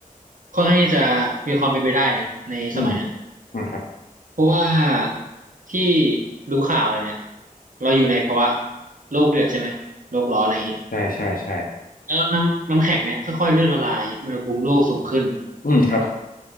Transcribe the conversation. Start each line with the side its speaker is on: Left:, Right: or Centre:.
Right: ค่อนข้างที่จะมีความเป็นไปได้นะในสมัยเนี้ย
Left: ๆอืมอ่าครับ
Right: เพราะว่าที่รู้ข่าวอะไรเนี่ยเราอยู่ในภาวะโลกเดือดใช่ไหมโลกร้อนอะไรอย่างนี้
Left: ใช่ใช่ใช่
Right: แล้วน้ำน้ำแข็งเนี่ยค่อยๆเลื่อนละลายอุณหภูมิโลกสูงขึ้น
Left: อืมครับ